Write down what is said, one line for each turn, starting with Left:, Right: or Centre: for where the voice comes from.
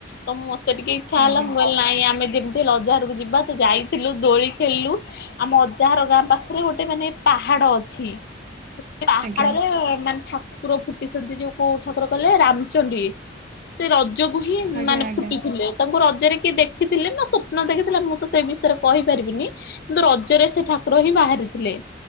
Left: ତ ମୋତେ ଟିକେ ଇଚ୍ଛା ହେଲା
Right: ଆଜ୍ଞା।
Left: ମୁଁ କହିଲି ନାଇଁ ଆମେ ଯେମିତି ଅଜାଘର ରକୁ ଯିବା ତ ଯାଇଥିଲୁ ଦୋଳି ଖେଳିଲୁ। ଆମ ଅଜାଘର ଗାଁ ପାଖରେ ଗୋଟେ ମାନେ ପାହାଡ ଅଛି। ପାହାଡ଼
Right: ଆଜ୍ଞା
Left: ରେ ମାନେ ଠାକୁ ଠାକୁର ଫୁଟିଛନ୍ତି ଯୋଉ କୋଉ ଠାକୁର କହିଲେ ରାମଚଣ୍ଡୀ। ସେ ରଜକୁ ହି
Right: ଆଜ୍ଞା
Left: ମାନେ
Right: ଆଜ୍ଞା
Left: ଫୁଟିଥିଲେ। ତାଙ୍କୁ ରଜରେ କିଏ ଦେଖିଥିଲେ ନା ସ୍ୱପ୍ନ ଦେଖିଥିଲା ମୁଁ ତ ସେ ବିଷୟରେ କହିପାରିବିନି। କିନ୍ତୁ ରଜରେ ସେ ଠାକୁର ହିଁ ବାହାରିଥିଲେ